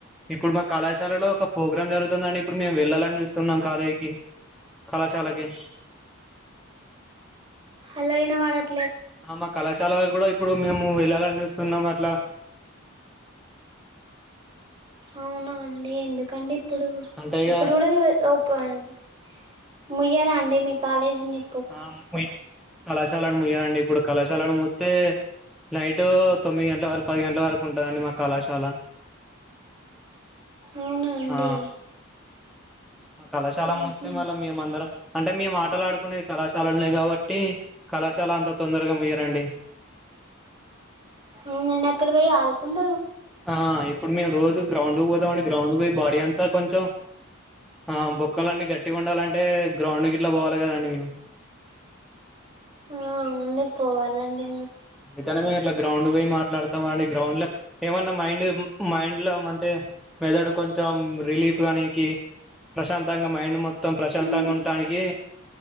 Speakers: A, in the centre; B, on the right.
A: ఇప్పుడు మా కళాశాలలో ఒక ప్రోగ్రామ్ జరుగుతుందండి ఇప్పుడు మేము వెళ్ళాలని జూస్తున్నాం కాలేజ్ కి కళాశాలకి
B: అల్ల ఇనబడట్
A: ఆ మా కళాశాలల గూడ ఇప్ ఇప్పుడు మేము వెళ్ళాలన్ జూస్తున్నము అట్లా
B: అవునా అండి ఎందుకండిప్పుడు
A: అంటే ఇగ
B: ఇప్పుడు గూడ దే ఓపండి ముయ్యరా అండి మీ కాలేజ్ ని
A: ఆ ము ముయ్ కళాశాలను ముయరండి ఇప్పుడు కళాశాలను మూత్తే నైట్ తొమ్మిది గంటల వరకు పది గంటల వరకు ఉంటదండి మా కళాశాల
B: అవునా అండి
A: ఆ మా కళాశాల మూస్తే
B: ఉహు
A: మళ్ళ మేమందరం అంటే మేము ఆటలాడుకునేది కళాశాలల్నే కాబట్టి కళాశాల అంతా తొందరగా ముయ్యరండి
B: అవునా అండి అక్కడబోయి ఆడుకున్
A: ఆ ఇప్పుడు మేము రోజు గ్రౌండ్ పోతాం అండి. గ్రౌండ్ పోయి బాడీ అంతా కొంచెం ఆ బొక్కలున్నీ గట్టిగా ఉండాలంటే గ్రౌండ్ ఇట్లా పోవాలి కదండి మేము.
B: ఆ అవునండి, పోవాలండి.
A: నేను కనుగొనేదట్ల గ్రౌండ్ పోయి మాట్లాడతామండి. గ్రౌండ్ లో ఏమన్నా మైండ్ మైండ్ లో మంటే మెదడు కొంచెం మొత్తం రిలీఫ్ కానికి, ప్రశాంతంగా మైండ్ మొత్తం ప్రశాంతంగా
B: ఉహు
A: ఉండటానికి.